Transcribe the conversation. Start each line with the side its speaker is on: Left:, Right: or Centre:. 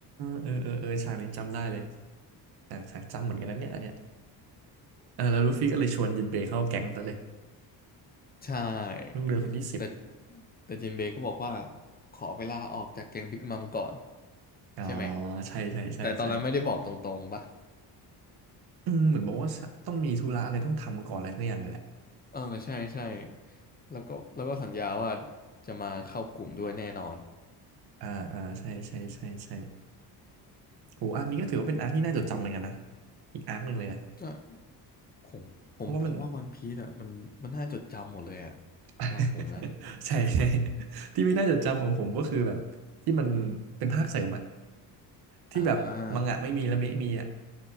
Right: เออเออเออฉากนี้จำได้เลยแต่ฉากจำเหมือนกันนั้นเนี่ยอันเนี้ยเออแล้วลูฟี่ก็เลยชวนจินเบย์เข้าแก๊งซะเลย
Left: ใช่
Right: ลูกเรือคนที่สิบ
Left: แต่แต่จินเบย์ก็บอกว่าขอไปลาออกจากแก๊งบิ๊กมัมก่อน
Right: อ่า
Left: ใช่ไหม
Right: ใช่ใช่ใช่ใช่
Left: แต่ตอนนั้นไม่ได้บอกตรงๆปะ
Right: อืมเหมือนบอกว่าต้องมีธุระอะไรต้องทำก่อนอะไรสักอย่างเลยแหละ
Left: เออใช่ใช่แล้วก็แล้วก็สัญญาว่าจะมาเข้ากลุ่มด้วยแน่นอน
Right: อ่าอ่าใช่ใช่ใช่ใช่โอ้อาร์คนี้ก็ถือว่าเป็นอาร์คที่น่าจดจำเหมือนกันนะอีกอาร์คหนึ่งเลยนะ
Left: ก็ผมผมผมว่าวันพีซอ่ะมันมันน่าจดจำหมดเลยอ่ะ
Right: เพราะว่ามัน <laughs>
Left: สำหรับผมนะ
Right: ใช่ใช่ที่ไม่น่าจดจำของผมก็คือแบบที่มันเป็นภาคเสริมอะ
Left: <laughs>
Right: ที่แบบมังงะไม่มีและเมะมีอะ
Left: อ่า